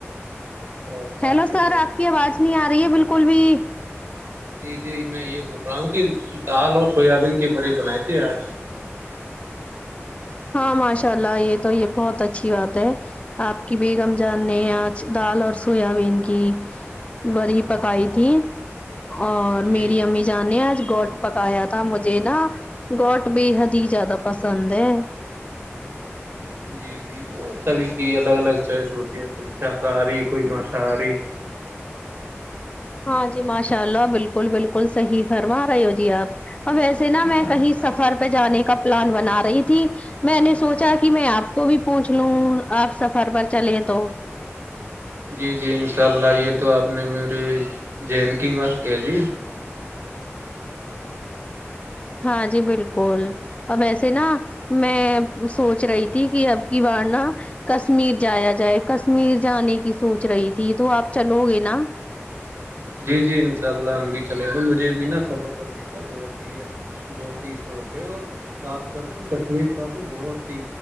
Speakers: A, on the right (about 60°); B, on the left (about 30°).
A: اور دال
B: ہیلو
A: بھی
B: سر
A: بنائی
B: آپ
A: تھی
B: کی آواز نہیں آ رہی ہے بالکل بھی
A: جی جی میں یہ بول رہا ہوں کہ دال اور سویابین کے بریی بنائے تھے آج
B: ہاں ماشاء اللہ یہ تو یہ بہت اچھی بات ہے آپ کی بیگم جاننے ہیں آج دال اور سویا بین کی بڑی پکائی تھی اور
A: جی
B: میری امی جان نے آج گوٹ پکایا تھا مجھے نا گوٹ بے حد ہی زیادہ پسند ہے
A: جی جی بہت ساریھی کی الگ الگ چوائس ہوتی ہیں کوئی شاکاہاری کوئی ماساری
B: ہاں جی ماشاء اللہ بالکل بالکل صحیح فرما رہے ہو جی آپ ا ویسے نا میں کہیں سفر پہ جانے کا پلان بنا رہی تھی میں نے سوچا کہ میں آپ کو بھی پوچھ لوں آپ سفر پر چلیں تو
A: جی جی انشاء اللہ یہ تو آپ نے میری جین کی بات کہہ دی
B: ہاں جی بالکل ا ویسے نا میں سوچ رہی تھی کہ اب کی وار نہ کشمیر جایا جائے کشمیر جانے کی سوچ رہی تھی تو آپ چلو گے نا
A: جی جی انشاء اللہ ہم بھی چلیں گئے مجھے بھی نا سفر کرنے کا بت ہی ہے بہت ہی سو کے اور خاص کر کے کشمیر کا تو بہت ہی